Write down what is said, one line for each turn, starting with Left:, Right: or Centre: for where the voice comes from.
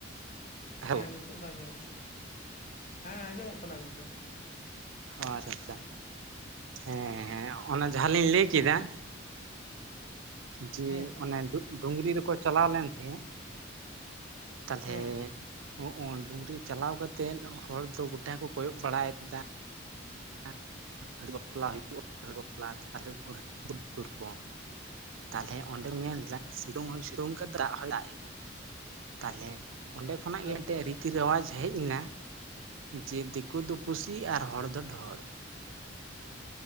Right: ᱦᱮᱞᱳ
Left: ᱦᱮᱸ ᱱᱤᱛᱚᱜ ᱫᱚ ᱟᱸᱡᱚᱢᱚᱜ ᱠᱟᱱᱟ᱾ ᱦᱮᱸ ᱟᱸᱡᱚᱢᱚᱜ ᱠᱟᱱᱟ ᱜᱚᱝᱠᱮ
Right: ᱚ ᱟᱪᱷᱟ-ᱪᱷᱟ ᱦᱮᱸᱻ ᱦᱮᱸ ᱚᱱᱟ ᱡᱟᱦᱟᱸ ᱞᱤᱧ ᱞᱟᱹᱭ ᱠᱮᱫᱟ᱾ ᱡᱮ
Left: ᱦᱮᱸ
Right: ᱚᱱᱮ ᱰᱩᱜᱼᱰᱩᱝᱨᱤ ᱨᱮᱠᱚ ᱪᱟᱞᱟᱣ ᱞᱮᱱ ᱛᱮᱦᱮᱸᱜ ᱛᱟᱦᱞᱮ
Left: ᱦᱮᱸ
Right: ᱦᱩᱸᱜ ᱦᱚᱸ ᱰᱩᱝᱨᱤ ᱪᱟᱞᱟᱣ ᱠᱟᱛᱮᱱ ᱦᱚᱲ ᱫᱚ ᱜᱩᱴᱟ ᱠᱚ ᱠᱚᱭᱚᱜ ᱵᱟᱲᱟᱭᱮ- ᱫᱟ ᱟ ᱦᱟᱺᱬᱩ ᱵᱟᱯᱞᱟ ᱦᱩᱭᱩᱜᱼᱟ᱾ ᱦᱟᱺᱬᱩ ᱵᱟᱯᱞᱟ ᱛᱟᱦᱞᱮ ᱠᱩᱲᱦᱟᱹ ᱩᱫ-ᱫᱩᱨ ᱠᱚᱢ ᱛᱟᱦᱞᱮ ᱚᱸᱰᱮᱢ ᱧᱮᱞ ᱫᱟ ᱥᱤᱛᱩᱝ ᱦᱚᱸᱭ ᱥᱤᱛᱩᱝ ᱠᱮᱫᱟ ᱟᱨ ᱫᱟᱜ ᱦᱚᱸᱭ ᱫᱟᱜ ᱮᱫᱟ ᱛᱟᱦᱞᱮ ᱚᱸᱰᱮ ᱠᱷᱚᱱᱟᱜ ᱜᱮ
Left: ᱟᱪᱪᱷᱟ
Right: ᱮᱱᱛᱮ
Left: ᱟᱪᱪᱷᱟ
Right: ᱨᱤᱛᱤ-
Left: ᱟᱪᱪᱷᱟ
Right: ᱨᱮᱣᱟᱡᱽ ᱦᱮᱡ ᱮᱱᱟ᱾ ᱡᱮ ᱫᱤᱠᱩ ᱫᱚ ᱯᱩᱥᱤ ᱟᱨ ᱦᱚᱲ ᱫᱚ ᱰᱷᱚᱬ᱾